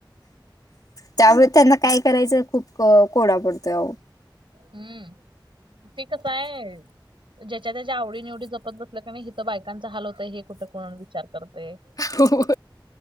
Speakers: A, on the left; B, on the right.
A: त्यामुळे त्यांना काय करायचं खूप कोंडा पडतोय अहो
B: हम्म ते कस आहे ज्याच्या त्याच्या आवडी निवडीचा जपत ब का नाही हि तर बायकांचा हाल होतय हे कुठं कोण विचार करतंय
A: हो